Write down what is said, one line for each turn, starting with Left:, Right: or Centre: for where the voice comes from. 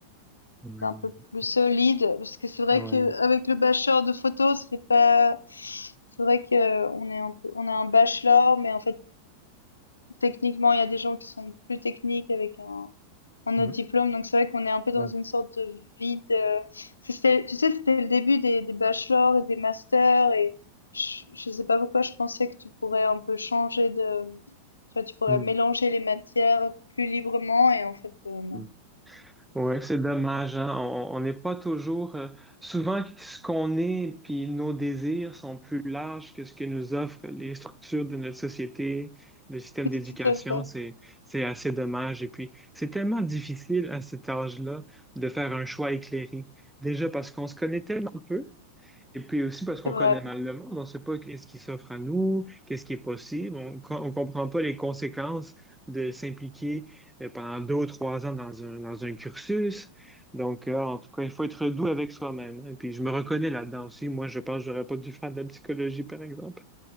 Centre: Oui,
Left: d'un peu plus solide. Parce que c'est vrai
Centre: oui,
Left: que avec le bachelor de photo, c'est pas c'est vrai que on est un peu on a un bachelor mais en fait, techniquement, il y a des gens qui sont plus techniques avec un un
Centre: mm,
Left: autre diplôme. Donc c'est vrai qu'on est un peu dans
Centre: oui,
Left: une sorte de vide. euh, C'était, tu sais, c'était le début des, des bachelors et des masters et je, je sais pas pourquoi je pensais que tu pourrais un peu changer de, tu vois, tu pourrais
Centre: mm,
Left: mélanger les matières plus librement et en fait, euh, non.
Centre: mm. Ouais, c'est dommage,
Left: <laughs>
Centre: hein. On on n'est pas toujours... euh, souvent, ce qu'on est, puis nos désirs sont plus larges que ce que nous offrent les structures de notre société, le système
Left: C'est
Centre: d'éducation.
Left: Tout à fait,
Centre: C'est, c'est assez dommage. Et puis, c'est tellement difficile à cet âge-là de faire un choix éclairé. Déjà parce qu'on se connaît tellement peu. Et puis aussi parce qu'on
Left: c'est vrai.
Centre: connaît mal le monde, on ne sait pas qu'est-ce qui s'offre à nous, qu'est-ce qui est possible, on ne comprend pas les conséquences de s'impliquer euh, pendant deux ou trois ans dans un, dans un cursus. Donc, euh, en tout cas, il faut être doux avec soi-même. Et puis, je me reconnais là-dedans aussi. Moi, je pense que j'aurais pas dû faire de la psychologie, par exemple.